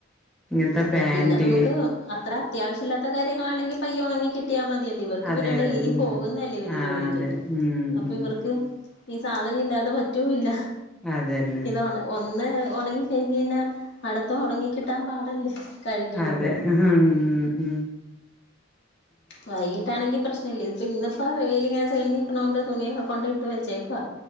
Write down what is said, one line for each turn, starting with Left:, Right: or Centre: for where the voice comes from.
Centre: ഇങ്ങനത്തെ
Left: അതെ
Centre: ഫാന്റ്
Left: പിന്നെ നമുക്ക് അത്ര അത്യാവശ്യല്ലാത്ത കാര്യങ്ങളാണെങ്കി പയ്യെ ഒണങ്ങി കിട്ട് കിട്ടിയാ മതിയല്ലേ ഇവർക്ക്
Centre: അതെ
Left: പിന്നെ ഡെയിലി
Centre: അതെ ഉം
Left: പോകുന്നല്ലേ ഇവര്
Centre: ആഹ്
Left: ജോലിക്ക്
Centre: അതെ ഉം
Left: അപ്പൊ
Centre: ഉം
Left: ഇവർക്ക് ഈ സാധനം ഇല്ലാതെ പറ്റൂല്ല
Centre: അതന്നെ
Left: ഇത് ഒന്ന് ഒണങ്ങി കഴിഞ്ഞെഞ അടുത്ത ഉണങ്ങി കിട്ടാൻ പാടല്ലേ കഴുകിയിടുമ്പോ
Centre: അതെ ഉഹ് ഉംഉം
Left: വൈകിട്ടാണെങ്കി പ്രശ് ഇല്ല ഇപ്പന്നിപ്പോ ആ വെയില്ങ്ങെ തെളിഞ്ഞ്ക്ക്ണൊണ്ട് തുണിയൊകൊണ്ടൈട്ട് വെച്ചേക്ക